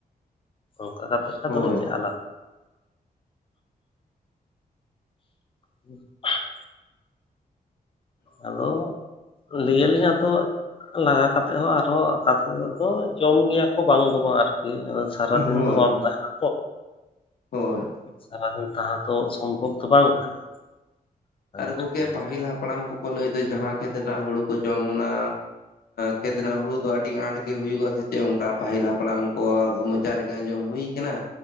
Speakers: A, on the left (about 35°); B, on the left (about 80°).
A: ᱚᱱᱠᱟ ᱠᱟᱛᱮ
B: ᱦᱳᱭ
A: ᱟᱫᱚᱞᱮ ᱪᱟᱞᱟᱜᱼᱟ ᱦᱩᱸ <unintelligible> ᱟᱫᱚ ᱞᱟᱹᱭ ᱟᱞᱤᱧ ᱟᱫᱚ ᱞᱟᱜᱟ ᱠᱟᱛᱮ ᱦᱚᱸ ᱟᱨᱦᱚᱸ <unintelligible> ᱫᱚ ᱡᱚᱢ ᱜᱮᱭᱟ ᱠᱚ ᱵᱟᱝ ᱫᱚ ᱵᱟᱝ ᱟᱨᱠᱤ ᱥᱟᱨᱟ ᱫᱤᱱ
B: ᱦᱳᱭ
A: ᱫᱚ ᱵᱟᱢ ᱛᱟᱦᱮᱱᱟ
B: ᱦᱳᱭ
A: ᱥᱟᱨᱟᱫᱤᱱ ᱛᱟᱦᱮ ᱫᱚ ᱥᱚᱢᱵᱷᱚᱵ ᱫᱚ ᱵᱟᱝ ᱠᱟᱱᱟ
B: ᱟᱨ
A: ᱟᱨᱠᱤ
B: ᱜᱚᱢᱠᱮ ᱯᱟᱦᱤᱞ ᱦᱟᱯᱲᱟᱢ ᱠᱚᱠᱚ ᱞᱟᱹᱭᱫᱟ ᱡᱟᱦᱟᱸ ᱠᱷᱮᱛ ᱨᱮᱱᱟᱜ ᱦᱩᱲᱩ ᱠᱚ ᱡᱚᱢ ᱚᱱᱟ ᱠᱷᱮᱫ ᱨᱮᱱᱟᱜ ᱦᱩᱲᱩ ᱫᱚ ᱟᱹᱰᱤ ᱟᱸᱴ ᱜᱮ ᱦᱩᱭᱩᱜᱼᱟ ᱥᱮ ᱪᱮᱫ ᱚᱱᱠᱟ ᱯᱟᱹᱦᱤᱞ ᱦᱟᱯᱲᱟᱢ ᱠᱚ ᱢᱚᱪᱟ ᱨᱮᱜᱮ ᱟᱸᱡᱚᱢ ᱦᱩᱭ ᱠᱟᱱᱟ